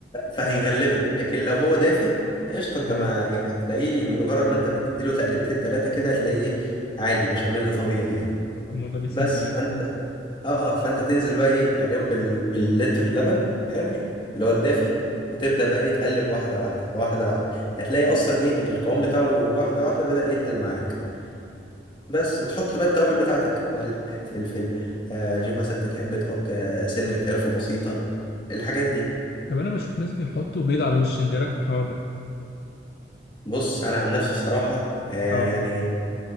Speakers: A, on the left; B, on the left.
A: فهيغلبك
B: فعلا
A: لكن لو هو دافي قشطه انت
B: اه
A: ما يعني هتلاقيه مجرد ما انت بتديله تقلبتين ثلاثه كده هتلاقيه إيه، عادي بشاميل طبيعي يعني
B: الموضوع بيسيب
A: بس
B: معاك
A: فانت
B: فاهم.
A: اه فانت تنزل بقى ايه عليهم بال... باللتر لبن حلو اللي هو الدافي وتبدا بقى ايه تقلب واحده واحده واحده واحده هتلاقي اصلا ايه القوام بتاعه واحده واحده بدأ يتقل معاك بس وتحط بقى التوابل بتاعتك ملح فلفل آه شوف مثلا انت تحب تحط آه سنة قرفة بسيطة الحاجات دي
B: طب انا بشوف ناس بيحطوا بيض على الوش انت ايه رايك في الحوار ده؟
A: بص انا عن نفسي الصراحة آه
B: اه
A: يعني